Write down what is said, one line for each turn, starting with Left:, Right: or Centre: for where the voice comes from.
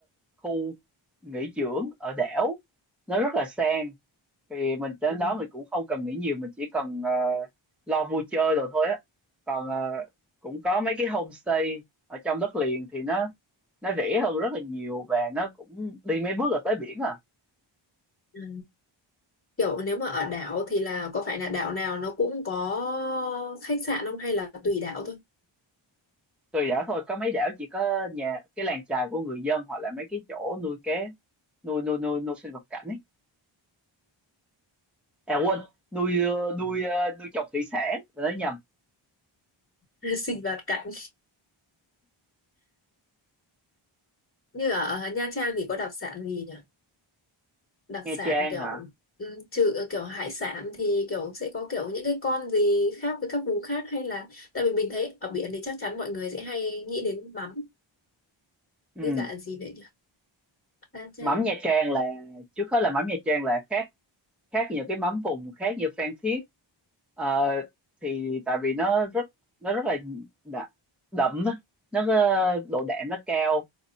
Centre: khu nghỉ dưỡng ở đảo nó rất là sang thì mình đến
Left: Ừ.
Centre: đó mình cũng không cần nghĩ nhiều mình chỉ cần ờ, lo vui chơi rồi thôi á còn ờ, cũng có mấy cái homestay ở trong đất liền thì nó nó rẻ hơn rất là nhiều và nó cũng đi mấy bước là tới biển à
Left: Ừ. kiểu nếu mà ở đảo thì là có phải là đảo nào nó cũng có khách sạn không hay là tùy đảo thôi
Centre: tùy đảo thôi có mấy đảo chỉ có nhà cái làng chài của người dân hoặc là mấy cái chỗ nuôi cá nuôi nuôi nuôi nuôi sinh vật cảnh ấy à quên nuôi ờ, nuôi ờ, nuôi trồng thủy sản là nói nhầm
Left: <laughs> sinh vật cảnh như ở Nha Trang thì có đặc sản gì nhỉ đặc
Centre: Nha
Left: sản
Centre: Trang
Left: kiểu
Centre: hả
Left: ừ, trừ ờ, kiểu hải sản thì kiểu sẽ có kiểu những cái con gì khác với các vùng khác hay là tại vì mình thấy ở biển thì chắc chắn mọi người sẽ hay nghĩ đến mắm
Centre: ừ
Left: với cả gì đấy nhỉ ta trang
Centre: mắm Nha Trang là trước hết là mắm Nha Trang là khác khác nhiều cái mắm vùng khác như Phan Thiết Ờ, thì tại vì nó rất nó rất là đậm, đậm á. nó ờ, độ đạm nó cao